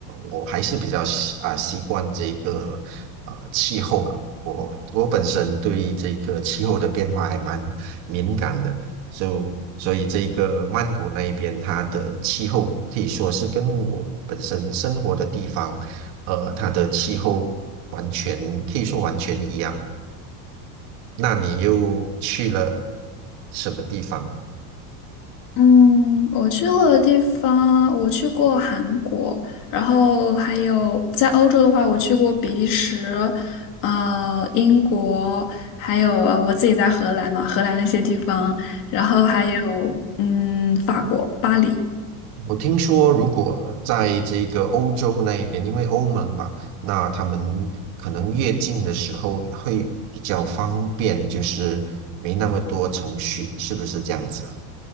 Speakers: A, on the right; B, on the left.
A: 我还是比较习啊、习惯这个呃气候了。我我本身对这个气候的变化还蛮敏感的，所以所以这个曼谷那一边它的气候可以说是跟我本身生活的地方，呃，它的气候完全可以说完全一样。那你又去了什么地方？
B: 嗯，我去过的地方，我去过韩国，然后还有在欧洲的话，我去过比利时，呃，英国，还有呃我自己在荷兰嘛，荷兰的一些地方，然后还有嗯法国巴黎。
A: 我听说，如果在这个欧洲那边，因为欧盟吧，那他们可能越境的时候会比较方便，就是没那么多程序，是不是这样子啊？